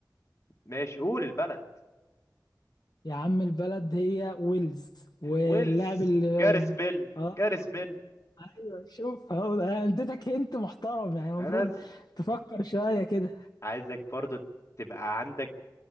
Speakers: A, on the left; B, on the left.
A: ماشي قول البلد
B: يا عم البلد هي ويلز واللاعب
A: ويلز
B: اللي
A: جاريس بيل
B: اه
A: جاريس بيل
B: ايوه شوف اهو انا اديتك هنت محترم يعني المفروض
A: أنا
B: تفكر شويه كده
A: عايزك برضو تبقى عندك